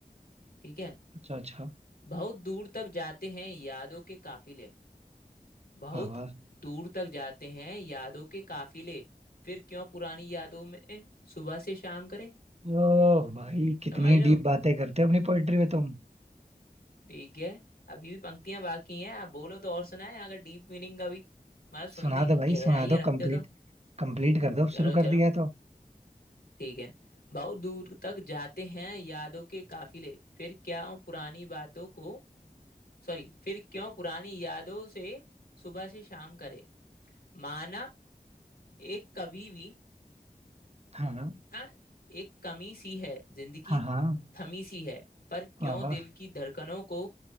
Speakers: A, on the left (about 80°); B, on the right (about 45°).
A: ठीक है
B: अच्छा अच्छा
A: बहुत दूर तक जाते हैं यादों के काफिले बहुत
B: वाह वाह
A: दूर तक जाते हैं यादों के काफिले फिर क्यों पुरानी यादों में सुबह से शाम करे
B: ओह भाई कितनी
A: समझ लो
B: डीप बातें करते हो अपनी पोएट्री में तुम
A: ठीक है अभी भी पंक्तियां बाकी हैं आप बोलो तो और सुनाए अगर डीप मीनिंग का भी मतलब सुनने
B: सुना
A: की
B: दो भाई
A: गहराइयां
B: सुना दो
A: रखते
B: कंप्लीट
A: हो तो
B: कंप्लीट कर दो अब
A: चलो
B: शुरू कर
A: चलो
B: दिया है तो
A: ठीक है बहुत दूर तक जाते हैं यादों के काफिले फिर क्या पुरानी बातों को सॉरी फिर क्यों पुरानी यादों से सुबह से शाम करे माना एक कभी भी
B: हाँ हाँ
A: ना एक कमी सी है जिंदगी
B: हाँ हाँ।
A: थमी सी है पर क्यों
B: वाह वाह
A: दिल की धड़कनों को